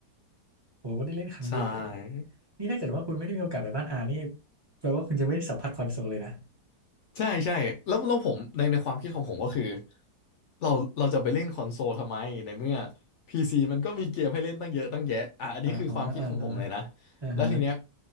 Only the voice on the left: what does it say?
ใช่
ใช่ใช่แล้วแล้วผมในในความคิดของผมก็คือเราเราจะไปเล่นคอนโซลทำไมในเมื่อ PC มันก็มีเกมให้เล่นตั้งเยอะตั้งแยะอ่ะอันนี้คือความคิดของผมเลยนะ
แล้วทีเนี้ย